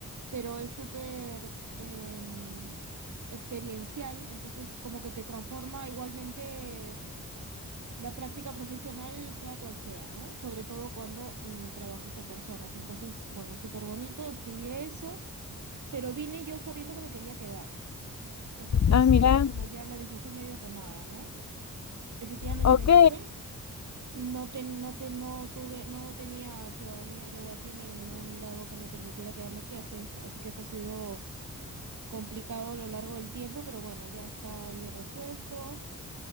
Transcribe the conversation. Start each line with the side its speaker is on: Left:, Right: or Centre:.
Right: pero es súper em, experiencial, entonces como que te transforma igualmente La práctica profesional, sea cual sea, ¿no? Sobre todo cuando mm, trabajas con personas. Entonces, bueno, súper bonito, estudié eso, pero vine yo sabiendo que me quería quedar. Entonces,
Left: Ah, mirá.
Right: era como ya la decisión medio tomada, ¿no? Efectivamente
Left: Ok,
Right: me quedé. No te, no te, no tuve, no tenía ciudadanía yo de aquí ni de ningún lado que me permitiera quedarme aquí, así es, así que esto ha sido complicado a lo largo del tiempo, pero bueno, ya está ahí resuelto.